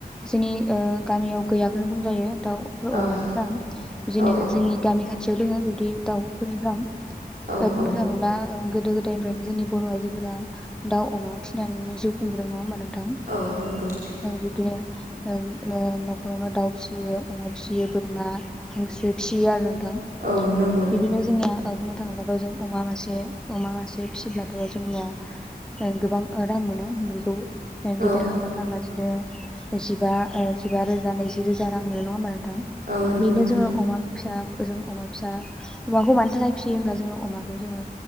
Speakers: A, in the centre; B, on the right (about 70°).
A: जोंनि ओ गामियाव गैयाखौनो बुंजायो दाव फो अमानि
B: औ
A: फार्म बिदिनो
B: औ
A: जोंनि गामि खाथि खाथियाव दोङो बिदि दाउफोरनि फ्राम
B: औ
A: ओ
B: औ
A: बुंनो थांङोब्ला ओ गोदो गोदायनिफ्रायनो जोंनि बर' आइजोफोरा दाउ अमा फिनानै जिउ खुंबोदों नंङा होमबा नों थां
B: औ नंगौ।
A: ओं बिबदिनो ओं नो न'खरावनो दाउ फियो अमा फियो बोरमा हांसो फियो आरो
B: औ नंगौ
A: बिदिनो जोंनिया औ बुंनो थांब्लाथ' जों अमा मासे अमा मासे फिसिब्लाथ' जोंनिया ओ गोबां रां मोनो बेखौ गिदिर
B: औ
A: खालामना फानबा बिदिनो जिबा ओ जिबा रोजा नैजि रोजा रां मोनो नङा होमबा नों थां
B: औ नंगौ
A: बेनो
B: नोंथां
A: जोङो अमा फिसा जों अमा फिसा अमाखौ मानि थाखाय फिसियो होमब्ला जोङो अमाखौ जोङो